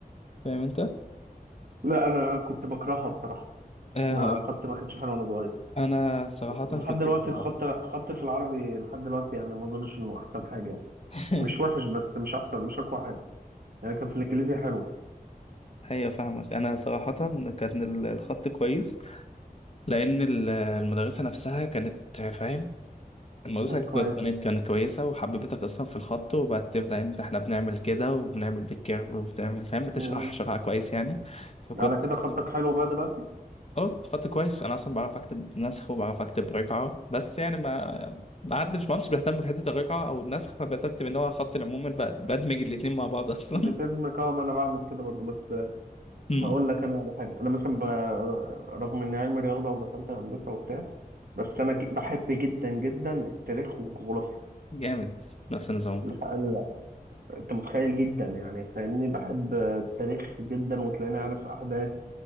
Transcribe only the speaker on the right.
لا أنا كنت بكرهها بصراحة
ما
خدت
ما كنتش حلوة وأنا صغير
ولحد
دلوقتي
الخط خط في العربي لحد دلوقتي يعني ما اظنش انه احسن حاجه يعني
مش وحش بس مش احسن مش اقوى حاجه يعني كان في الانجليزي حلو
مم،
كويس
مم.
على كده
خطك حلو بقى دلوقتي
بتهجمك اه ما انا بعمل كده برضو بس
هقول لك انا على حاجه انا مثلا ب... رغم اني علمي رياضه ودخلت هندسه وبتاع بس انا ج- بحب جدا جدا التاريخ والجغرافيا
الحقيقة انت متخيل جدا يعني فاهمني بحب التاريخ جدا وتلاقيني عارف احداث